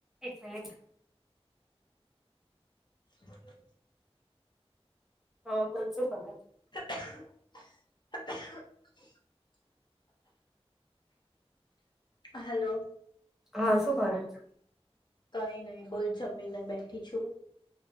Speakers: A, in the centre; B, on the left.
A: એક મિનટ.
B: બ <inaudible>
A: હા બોલ છું કરેછ?
B: <inaudible> હલો.
A: હા શું કરે છે.
B: કઈ નહી બોલ જમીને બેઠી છું.